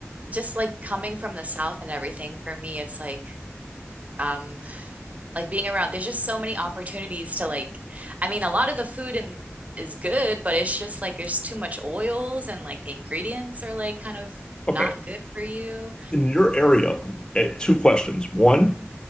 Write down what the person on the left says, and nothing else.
Okay.
In your area, eh, two questions. One,